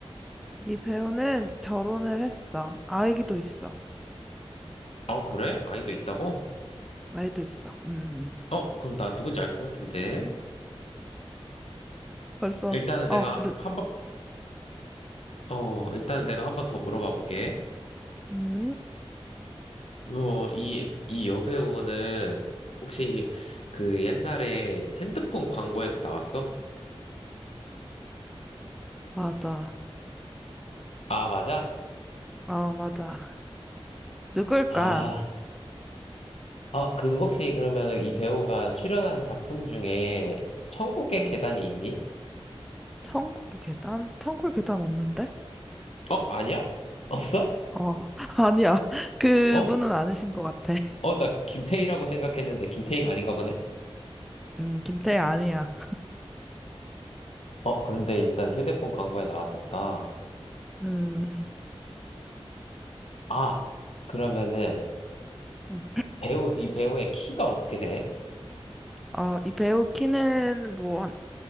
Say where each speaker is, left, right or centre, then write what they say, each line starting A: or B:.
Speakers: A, in the centre; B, on the left.
A: 이 배우는 결혼을 했어. 아이기도 있어.
B: 어, 그래? 아이도 있다고?
A: 아이도 있어. 음, 음, 음.
B: 어, 그럼 나 누군지 알 것 같은데.
A: 벌써,
B: 일단은 내가
A: 어, 누,
B: 한 번, 어, 일단은 내가 한 번 더 물어봐 볼게.
A: 음,
B: 어, 이, 이 여배우는 혹시 그 옛날에 핸드폰 광고에도 나왔어?
A: 맞아.
B: 아, 맞아?
A: 어, 맞아. 누굴까?
B: 아. 아, 그 혹시 그러면 이 배우가 출연한 작품 중에 천국의
A: 음,
B: 계단이 있니?
A: 천국의 계단? 천국의 계단 없는데?
B: 어, 아니야? 없어?
A: 어, <laughs> 아니야. 그분은
B: 어,
A: 아니신 것 같아.
B: 어, 나 김태희라고 생각했는데 김태희가 아닌가 보네?
A: 음, 김태희 아니야.
B: 어, 그런데 일단 휴대폰 광고에 나왔었다.
A: 음,
B: 아, 그러면은
A: 음.
B: 배우, 이 배우의 키가 어떻게 돼?
A: 어, 이 배우 키는 뭐, 한